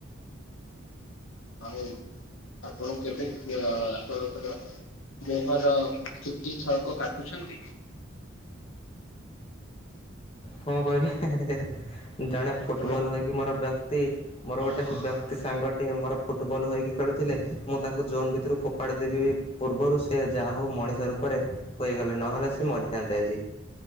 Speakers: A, on the left; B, on the left.
A: ହଉ ଆପଣ କେବେ ଅ ଆପଣଙ୍କର ମୁହଁର ଚୁଟି ଛଳକ କାଟୁଛନ୍ତି।
B: କଣ କହିଲେ। ଜଣେ
A: ଆପଣ
B: ଫୁଟବଲ୍ ହୋଇକି ମୋର ବେକ୍ କ୍ତି ମୋର ଗୋଟେ ବ୍ୟକ୍ତି ସାଙ୍ଗଟିଏ ମୋର ଫୁଟବଲ୍ ହୋଇକି ଖେଳୁଥିଲେ। ମୁଁ ତାଙ୍କୁ ଜୋନ୍ ଭିତରୁ ଫୋପାଡ଼ି ଦେବି ପୂର୍ବରୁ ସେି ଯାହା ହଉ ମଣିଷ ରୂପରେ ହୋଇଗଲେ। ନହେଲେ ସେ ମରିଥାନ୍ତେ ଆଜି।